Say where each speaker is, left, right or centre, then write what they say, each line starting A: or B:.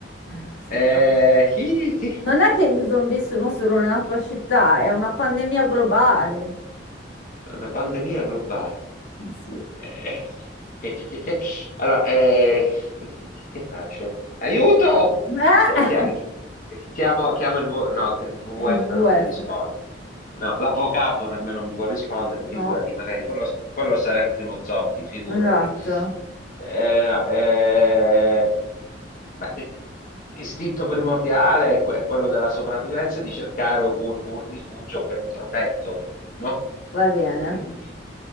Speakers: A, on the left (about 85°); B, on the left (about 45°).
A: Eh, sì,
B: Eh,
A: no.
B: chi- chi-
A: Non è che gli zombie sono solo nella tua città, è una pandemia globale.
B: una pandemia globale.
A: Eh sì. Eh,
B: Eh, che- che- che- che- Allora, eh, che, che- che faccio? Aiuto!
A: <laughs>
B: Chi- chi- chi- Chiamo, chiamo il, V- no, che il WWF
A: il WWF.
B: non mi risponde. No, l'avvocato nemmeno mi può rispondere,
A: No,
B: figurati, magari quello, quello sarà il primo zombie, figurati.
A: esatto,
B: Eh, no, eh, ma, eh, istinto primordiale è, que- è quello della sopravvivenza e di cercare un, un rifugio ben protetto, no?
A: va bene.
B: Tu che dici?